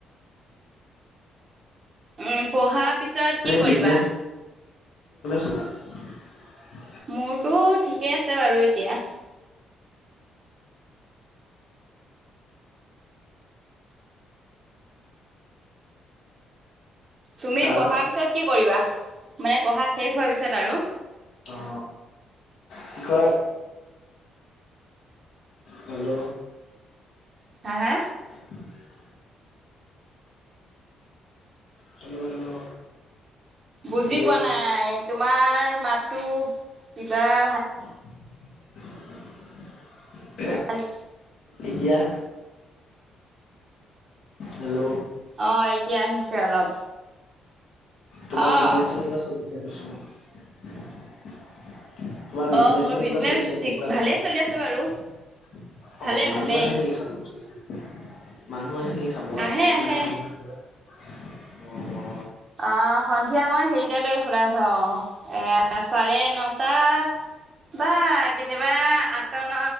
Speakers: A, on the right; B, on the left.
A: উম পঢ়াৰ পিছত
B: এনে
A: কি কৰিবা?
B: বিজনেচটো <inaudible>
A: মোৰতো ঠিকেই আছে বাৰু এতিয়া তুমি
B: হা
A: পঢ়াৰ পিছত কি কৰিবা, মানে পঢ়া শেষ হোৱাৰ পিছত আৰু
B: অ, কি কয় হেল্ল'।
A: হা, হা।
B: <inaudible> হেল্ল' হেল্ল'
A: বুজি
B: হেল্ল'
A: পোৱা নাই তোমাৰ মাতো কিবা ফা
B: <inaudible>
A: হল <unintelligible>
B: এতিয়া, হেল্ল'।
A: অ এতিয়া আহিছে অলপ
B: তোমাৰ
A: অ'
B: বিজনেচটো কেনেকুৱা চলিছে কৈছো তোমাৰ বিজনেচটো
A: অ' মোৰ
B: কেনেকুৱা
A: বিজনেচ
B: চলিছে
A: ঠিক
B: দোকানখন।
A: ভালেই চলি আছে
B: অ
A: বাৰু। ভালেই
B: মানুহ
A: ভালেই
B: আহে নেকি খাব থিকছে, মানুহ আহে নেকি খাব
A: আহে
B: ৰাতি
A: আহে।
B: মানে সন্ধিয়া উমমম
A: অ সন্ধিয়া মই হেৰিতালৈ খোলা থওঁ এয়া চাৰে নটা বা কেতিয়াবা আঠটা -ন